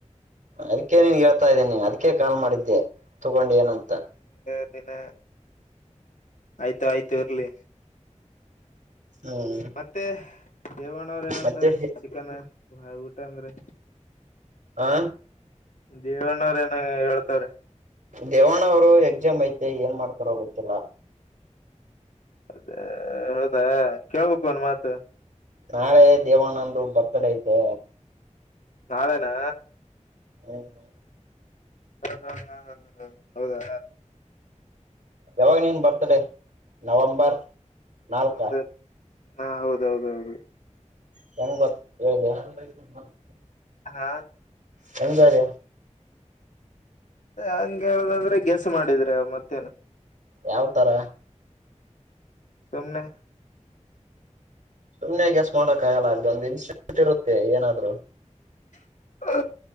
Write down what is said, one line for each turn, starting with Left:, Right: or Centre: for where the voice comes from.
Right: ಅದಕ್ಕೆ ನೀನ್ ಹೇಳ್ತಾ ಇದ್ದೀನಿ ಅದಕ ಕಾಲ್ ಮಾಡಿದ್ದೆ ತಗೊಂಡು ಏನು ಅಂತ
Left: <unintelligible> ದಿನ ಆಯ್ತು ಆಯ್ತು ಇರ್ಲಿ
Right: ಹ್ಮ್
Left: ಮತ್ತೆ ದೇವ್ಣವ್ರ ಏನಂತಾರೆ
Right: ಮತ್ತೆ
Left: ಚಿಕನ್ ಹಹ್ ಊಟ ಅಂದ್ರೆ
Right: ಆ
Left: ದೇವಣ್ಣವ್ರ ಏನ ಹೇಳ್ತಾರೆ
Right: ದೇವಣ್ಣ ಅವ್ರು ಎಕ್ಸಾಮ್ ಐತೆ ಏನ್ ಮಾಡ್ತಾರೋ ಗೊತ್ತಿಲ್ಲ
Left: ಅದೇ ಹೌದಾ ಕೇಳ್ಬೇಕು ಒನ್ ಮಾತು
Right: ನಾಳೆ ದೇವಣ್ಣಂದ ಬರ್ತ್ಡೇ ಐತೆ
Left: ನಾಳೆನ
Right: ಹ್ಮ್್
Left: ಹ ಹ ಹಾ ಹ ಹೌದಾ
Right: ಯಾವಾಗ ನೀನ್ ಬರ್ತ್ಡೇ ನವಂಬರ್ ನಾಲ್ಕ
Left: ನಮ್ದು ಹಾ ಹೌದೌದೌದು
Right: ತ ಬ <inaudible>
Left: ಹಾ
Right: ಚಂದರ
Left: ಹಂಗ ಹೇಳುದಂದ್ರೆ ಸ ಮಾಡಿದ್ರೆ ಮತ್ತೇನು
Right: ಯಾವ್ತರ
Left: ಸುಮನೆ <inaudible>
Right: ಸುಮ್ನೆ ಕೆಸ್ ಮಾಡಕ ಆಗಲ್ಲ ಅಲ್ಲಿ ಒಂದು ಇನ್ಸ್ಟಿಟ್ಯೂಟ್ ಇರುತ್ತೆ ಏನಾದ್ರು
Left: ಹ್ಮ